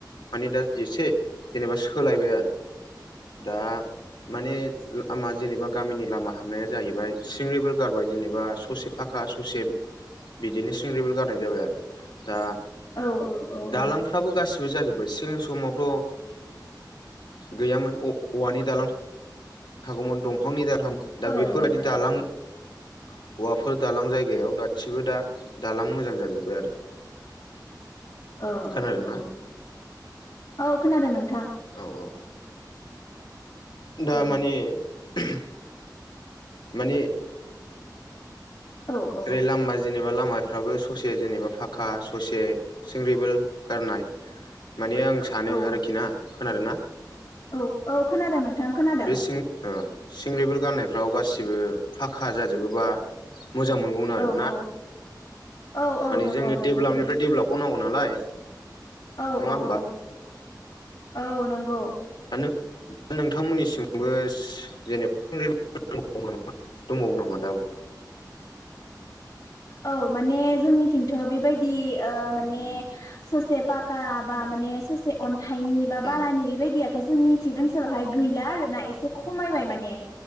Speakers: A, on the left; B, on the left.
A: माने दा एसे जेनेबा सोलायबाय आरो दा माने ओ आमा जेनेबा गामिनि लामा हाबनाया जाहैबाय सिंरिबोल गारबाय जेनेबा ससे फाखा ससे बिदिनो सिंरिबोल गारनाय जाबाय आरो दा
B: औ औ औ
A: दालांफ्राबो
B: औ
A: गासिबो जाजोबबाय सिं समावथ गैयामोन औवानि दालां हागौमोन दंफांनि दाल थाम दा
B: औ
A: बेफोरबायदि
B: नोंथां
A: दालां
B: औ
A: हौवाफोर दालां जायगायाव गासिबो दा दालां मोजां जाजोब्बाय आरो
B: ओ
A: खोनादोंना
B: औ औ औ खोनादों नोंथां
A: औ औ दा
B: औ
A: माने <unintelligible> माने
B: औ औ
A: ओरै लामा जि जेनेबा लामाफ्राबो ससे जेनेबा फाखा ससे सिंरिबोल गारनाय माने आं सानो
B: औ
A: आरोखि ना खोनादों ना?
B: औ औ खोनादों नोंथां खोनादों।
A: सिं ओ सिंरिबोल गारनायफ्राव गासिबो फाक्का जाजोबोबा मोजां मोनगौमोन आरो
B: औ
A: ना?
B: औ औ
A: माने
B: औ नंगौ
A: जोंनो
B: नंगौ
A: डेभेलपनिफ्राय
B: नंगौ
A: डेभेलपखौ नांगौ नालाय
B: औ
A: नङा
B: औ
A: होमबा
B: औ औ नंगौ।
A: नों-नोंथांमोननिसिमबो <unintelligible> दंबावो नामा दाबो?
B: औ माने जोंनिथिंथ' बेबायदि ओ माने ससे पाका बा माने ससे अन थाइनि बा
A: उम
B: बालानि बेबायदि आ जोंनिथिं ओनसोलावहाय गैला आरोना एसे खमायबाय माने।